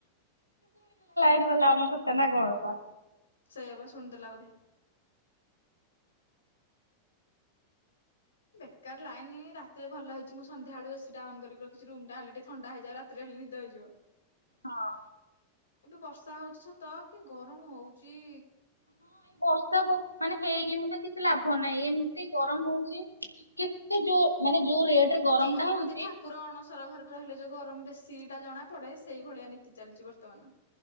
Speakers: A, on the left; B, on the left.
A: ଲା ଆମକୁ କୁତା ନା କଣ ବା।
B: ସେୟାଵା ସୁଣିଦେଲା ବୋଧେ। ବେକାର ଲାଇନ ରାତିରେ ଭଲ ହେଇଛି ମୁଁ ସଧ୍ୟାବେଳୁ ଏସି ଟା ଅନ୍ କରିକି ରଖିଛି ରୁମ ଟା ହେଲେ ଟ ଥଣ୍ଡା ହେଇଯାଉ ରାତିରେ ନିଦ ହେଇଯିବ।
A: ହଁ।
B: କିନ୍ତୁ ବର୍ଷା ହଉଛି ସତ କି ଗରମ ହଉଚି।
A: ହଁ ଏଇ ବର୍ଷା ପ ମାନେ ହେଇକି ମୁଁ ତ କିଛି ଲାଭ ନାହିଁ ଏମିତି ଗରମ ହଉଛି କେତେ ଯୋଉ ମାନେ ଯୋଉ ରେଟରେ ଗରମ
B: ଯୋଉ କହନ୍ତି
A: ଟା ହଉଛି
B: ଠାକୁର ଅଣସର ଘରେ ରହିଲେ ଯୋଉ ଗରମ ବେଶୀ ଟା ଜଣା ପଡେ ସେଇ ଭଳିଆ ନୀତି ଚାଲିଛି ବର୍ତ୍ତମାନ